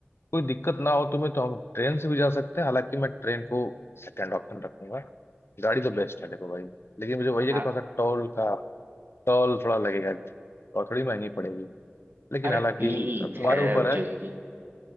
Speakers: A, on the left (about 65°); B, on the right (about 55°).
A: कोई दिक्कत ना हो तुम्हें तो हम ट्रेन से भी जा सकते हैं हालांकि मैं ट्रेन को सेकंड ऑप्शन रखूंगा गाड़ी तो बेस्ट है देखो भाई लेकिन मुझे वही है
B: हाँ
A: कि थोड़ा सा टोल का टोल थोड़ा लगेगा और थोड़ी महंगी पड़ेगी लेकिन
B: अरे
A: हालांकि
B: ठीक
A: अब तुम्हारे
B: है
A: ऊपर
B: अब
A: है
B: जाएगी